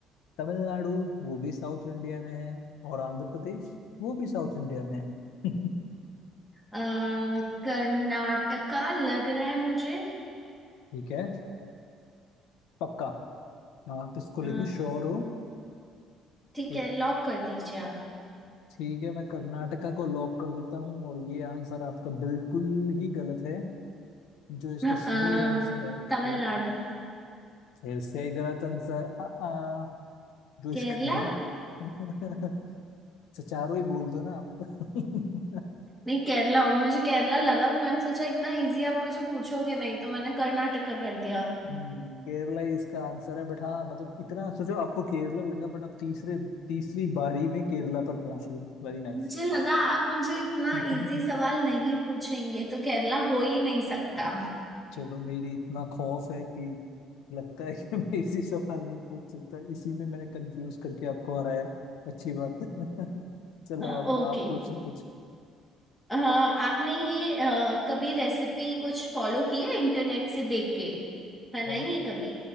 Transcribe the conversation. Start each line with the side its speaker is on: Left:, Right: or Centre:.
Left: तमिलनाडु वो भी साउथ इंडिया में है और आंध्र प्रदेश वो भी साउथ इंडिया में है <laughs>
Centre: अ कर्नाटका लग रहा है मुझे
Left: ठीक है पक्का आप इसको
Centre: अ,
Left: लेके श्योर हो
Centre: ठीक
Left: एक
Centre: है लॉक कर दीजिए आप
Left: ठीक है मैं कर्नाटका को लॉक कर देता हूँ और ये आंसर आपका बिल्कुल ही गलत है जो इसका
Centre: अ,
Left: सही
Centre: अ,
Left: आंसर है तो
Centre: तमिलनाडु
Left: फिर से गलत आंसर आ, आ, जो इसका
Centre: केरला
Left: <laughs> अच्छा चारों ही बोल दो ना आप <laughs>
Centre: नहीं केरला होगा मुझे केरला लगा पर मैंने सोचा इतना इजी आप मुझे पूछोगे नहीं तो मैंने कर्नाटका कर दिया
Left: हम्म, केरला ही इसका आंसर है बट हाँ मतलब इतना सोचो आपको केरला लगा बट आप तीसरे तीसरी बारी में केरला पर पहुंच रहे हो Very nice
Centre: मुझे लगा आप मुझे इतना
Left: <laughs>
Centre: इजी सवाल नहीं पूछेंगे तो केरला हो ही नहीं सकता
Left: चलो मेरी इतना खौफ है कि लगता है कि <laughs> मैं इसी सवाल नहीं पूछ सकता इसी में मैंने कंफ्यूज करके आपको हराया अच्छी बात है <laughs> चलो
Centre: अ,
Left: अब
Centre: ओके
Left: आप पूछो कुछ
Centre: हाँ आपने ये अ, कभी रेसिपी कुछ फॉलो की है इंटरनेट से देख के बनाई
Left: कौन
Centre: है कभी